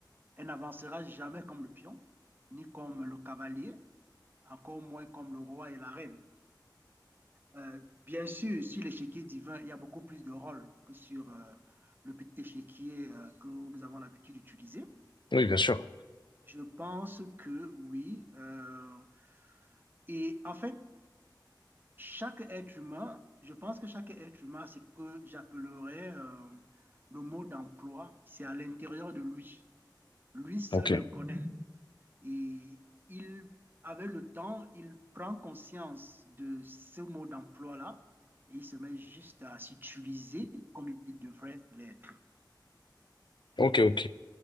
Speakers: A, on the right (about 25°); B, on the left (about 80°).
A: Elle n'avancera jamais comme le pion, ni comme le cavalier, encore moins comme le roi et la reine. Euh, bien sûr, sur l'échiquier divin, il y a beaucoup plus de rôles que sur euh, le petit échiquier euh, que nous avons l'habitude d'utiliser.
B: Oui, bien sûr.
A: Je pense que oui. Euh, et en fait, chaque être humain, je pense que chaque être humain, c'est que j'appellerais euh, le mot d'emploi, c'est à l'intérieur de lui. Lui seul
B: Ok.
A: le connaît. Et il, avec le temps, il prend conscience de ce mode d'emploi-là et il se met juste à s'utiliser comme il devrait l'être.
B: Ok, ok.